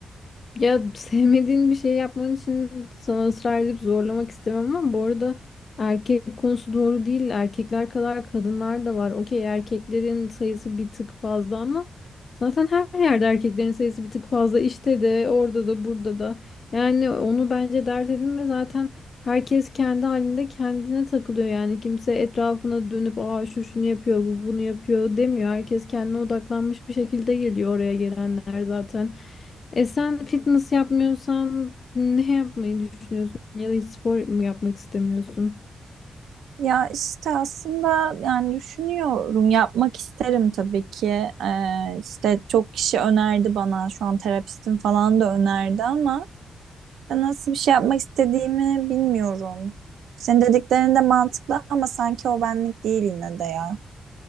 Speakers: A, on the left; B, on the right.
A: Ya sevmediğin bir şey yapman için sana ısrar edip zorlamak istemem ama bu arada erkek konusu doğru değil. Erkekler kadar kadınlar da var. Okey erkeklerin sayısı bir tık fazla ama zaten her yerde erkeklerin sayısı bir tık fazla. İşte de orada da burada da. Yani onu bence dert edinme zaten herkes kendi halinde kendine takılıyor. Yani kimse etrafına dönüp aa şu şunu yapıyor bu bunu yapıyor demiyor. Herkes kendine odaklanmış bir şekilde geliyor oraya gelenler zaten. E sen fitness yapmıyorsan ne yapmayı düşünüyorsun? Ya da hiç spor mu yapmak istemiyorsun?
B: Ya işte aslında yani düşünüyorum yapmak isterim tabii ki Ee, işte çok kişi önerdi bana şu an terapistim falan da önerdi ama ben nasıl bir şey yapmak istediğimi bilmiyorum. Senin dediklerin de mantıklı ama sanki o benlik değil yine de ya.